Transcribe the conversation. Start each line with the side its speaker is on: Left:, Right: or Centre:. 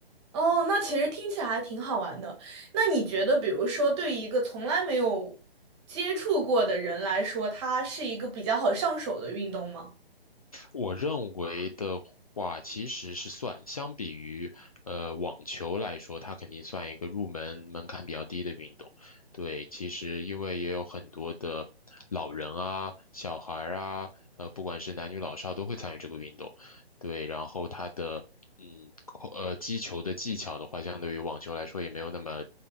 Right: 哦，那其实听起来还挺好玩的。那你觉得，比如说对于一个从来没有接触过的人来说，它是一个比较好上手的运动吗？
Left: 我认为的话，其实是算，相比于呃网球来说，它肯定算一个入门门槛比较低的运动。对，其实因为也有很多的老人啊、小孩儿啊，呃，不管是男女老少都会参与这个运动。对，然后它的嗯扣呃击球的技巧的话，相对于网球来说也没有那么